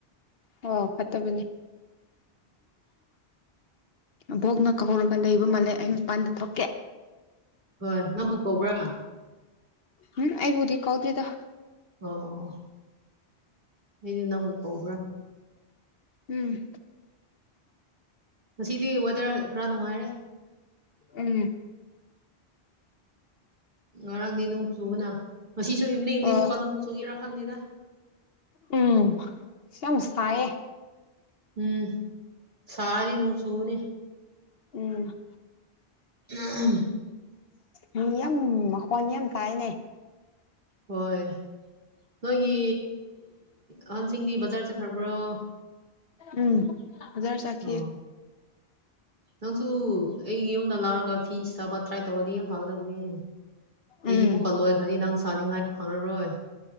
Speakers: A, on the left (about 65°); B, on the right (about 45°).
A: ꯍꯣ ꯐꯠꯇꯕꯅꯦ ꯑꯕꯣꯛꯅ ꯀꯧꯔꯒ ꯂꯩꯕ ꯃꯥꯜꯂꯦ ꯑꯩ ꯃꯄꯥꯟꯗ ꯊꯣꯛꯀꯦ
B: ꯍꯣꯏ ꯅꯪꯕꯨ ꯀꯧꯕ꯭ꯔꯥ
A: ꯎꯝ ꯑꯩꯕꯨꯗꯤ ꯀꯥꯎꯗꯦꯗ
B: ꯑꯣ ꯑꯣ ꯑꯣ ꯑꯩꯗꯤ ꯅꯪꯕꯨ ꯀꯧꯕ꯭ꯔꯥ
A: ꯑꯝ
B: ꯃꯁꯤꯗꯤ ꯋꯦꯗꯔ ꯈꯔ ꯅꯨꯡꯉꯥꯏꯌꯦ
A: ꯎꯝ
B: ꯉꯔꯥꯡꯗꯤ ꯅꯣꯡ ꯆꯨꯕꯅ ꯉꯁꯤꯁꯨ ꯏꯚꯅꯤꯡꯅꯤ
A: ꯑꯣ
B: ꯑꯃꯨꯛꯀ ꯅꯣꯡ ꯆꯨꯒꯦꯔꯥ ꯈꯪꯗꯦ
A: ꯎꯝ ꯌꯥꯝ ꯁꯥꯏꯌꯦ
B: ꯎꯝ ꯁꯥꯔꯗꯤ ꯅꯣꯡ ꯆꯨꯒꯅꯤ
A: ꯎꯝ
B: ꯑꯟ <unintelligible>
A: ꯃꯤ ꯌꯥꯝ ꯃꯈꯣꯟ ꯌꯥꯝ ꯇꯥꯏꯅꯦ
B: ꯍꯣꯏ ꯅꯣꯏꯒꯤ ꯑꯍꯟꯁꯤꯡꯗꯤ ꯕꯖꯥꯔ ꯆꯠꯈ꯭ꯔꯕ꯭ꯔꯣ
A: ꯎꯝ ꯑꯣꯖꯔ ꯆꯠꯈꯤ
B: ꯑꯣ ꯅꯪꯁꯨ ꯑꯩꯒꯤ ꯌꯨꯝꯗ ꯂꯥꯛꯔꯒ ꯐꯤ ꯁꯥꯥꯕ ꯇ꯭ꯔꯥꯏ ꯇꯧꯔꯗꯤ ꯌꯥꯝ ꯐꯒꯗꯕꯅꯦ ꯑꯩꯒꯤ
A: ꯎꯝ
B: ꯏꯃꯨꯛꯀ ꯂꯣꯏꯈ꯭ꯔꯗꯤ ꯅꯪ ꯁꯥꯅꯤꯡꯉꯥꯏ ꯐꯪꯉꯔꯣꯏ